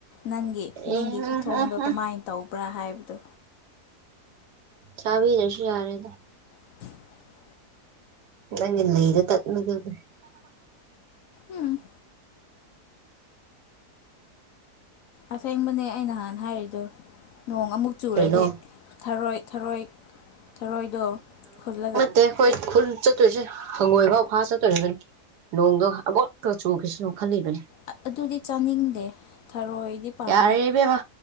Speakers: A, on the left; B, on the right.
A: ꯅꯪꯒꯤ ꯅꯪꯒꯤ
B: ꯎꯝ
A: ꯈꯨꯊꯣꯡꯗꯣ
B: ꯎꯝ
A: ꯀꯃꯥꯏꯅ
B: ꯎꯝ
A: ꯇꯧ ꯄꯨ꯭ꯔꯥ ꯍꯥꯏꯕꯗꯣ꯫
B: ꯆꯥꯕꯤꯗ꯭ꯔꯁꯨ ꯌꯥꯔꯦꯗ꯫
A: <inaudible>
B: ꯅꯪꯒꯤ ꯂꯩꯗ ꯇꯠꯅꯗꯨꯗꯤ꯫
A: ꯎꯝ꯫ ꯑꯁꯦꯡꯕꯅꯦ ꯑꯩ ꯅꯍꯥꯟ ꯍꯥꯏꯔꯤꯗꯣ꯫ ꯅꯣꯡ ꯑꯃꯨꯛ ꯆꯨꯔꯗꯤ
B: ꯀꯩꯅꯣ
A: ꯊꯔꯣꯏ ꯊꯔꯣꯏ ꯊꯔꯣꯏꯗꯣ ꯈꯨꯜꯂꯒ
B: ꯇꯦ ꯈꫭꯏ ꯈꯨꯨꯟ ꯆꯠꯇꯣꯏꯁꯦ ꯍꯪꯒꯣꯏꯐꯥꯎ ꯐꯥ ꯆꯠꯇꯣꯔꯤꯕꯅꯤ ꯅꯣꯡꯗꯣ ꯑꯕꯣꯠꯄ ꯆꯨꯈꯤꯁꯤꯅ ꯈꯜꯂꯤꯕꯅꯤ꯫
A: ꯑ ꯑꯗꯨꯗꯤ ꯆꯥꯅꯤꯡꯗꯦ ꯊꯔꯣꯏꯗꯤ ꯄꯥꯝꯃꯦ
B: ꯌꯥꯔꯦ ꯏꯕꯦꯃ